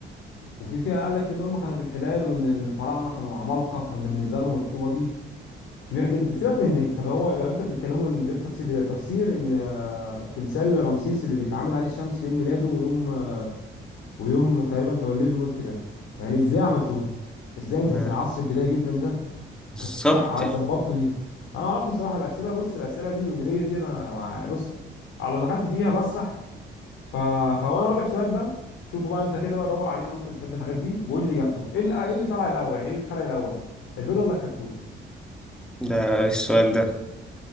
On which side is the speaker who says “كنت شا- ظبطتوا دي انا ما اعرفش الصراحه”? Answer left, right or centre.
Left